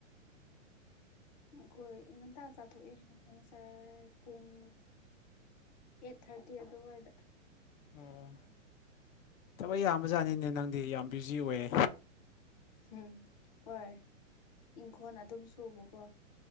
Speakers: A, on the left; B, on the left.
A: ꯑꯩꯈꯣꯏ ꯉꯟꯇꯥ ꯆꯥꯊꯣꯛꯑꯦ ꯉꯁꯥꯏ ꯄꯨꯡ ꯑꯩꯠ ꯊꯥꯔꯇꯤ ꯑꯗꯨꯋꯥꯏꯗ
B: ꯑꯣ ꯊꯕꯛ ꯌꯥꯝꯕꯖꯥꯠꯅꯤꯅꯦ ꯅꯪꯗꯤ ꯌꯥꯝ ꯕ꯭ꯌꯨꯖꯤ ꯑꯣꯏꯌꯦ
A: ꯍꯨꯝ ꯍꯣꯏ ꯏꯪꯈꯣꯜ ꯑꯗꯨꯝ ꯁꯨꯕꯀꯣ